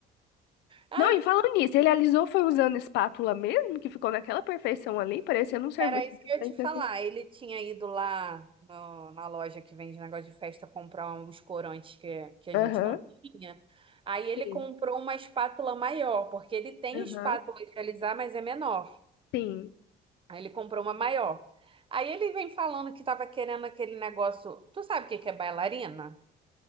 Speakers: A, on the right (about 30°); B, on the left (about 90°).
A: Ah,
B: Não, e falando nisso, ele alisou foi usando espátula mesmo, que ficou naquela perfeição ali, parecendo um serviço
A: era isso
B: bem
A: que eu ia
B: feito
A: te falar.
B: assim.
A: Ele tinha ido lá no- na loja que vende negócio de festa comprar uns corantes que, que a
B: Aham.
A: gente não tinha. Aí ele
B: Sim.
A: comprou uma espátula maior, porque ele tem
B: Aham.
A: espátula de alisar, mas é menor.
B: Sim.
A: Aí ele comprou uma maior. Aí ele vem falando que tava querendo aquele negócio. Tu sabe o que que é bailarina?